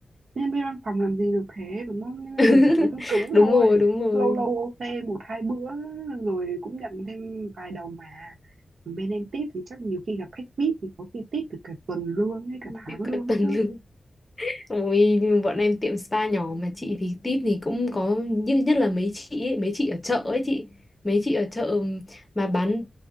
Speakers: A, on the right; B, on the left.
A: Nhân viên văn phòng làm gì được thế đúng không Nhân viên
B: <laughs>
A: văn phòng chỉ có lương cứng
B: đúng
A: thôi
B: rồi đúng rồi
A: Lâu lâu OT một hai bữa Rồi cũng nhận thêm vài đồng mà Còn bên em tip thì chắc nhiều khi gặp khách VIP Thì có khi tip được cả tuần lương
B: <laughs>
A: hay cả tháng
B: tiếp
A: lương
B: cận
A: ấy
B: tầng
A: chứ
B: lưng ôi nhưng bọn em tiệm spa nhỏ mà chị thì tip thì cũng có nhưng nhất là mấy chị ấy, mấy chị ở chợ ấy chị mấy chị ở chợ mà bán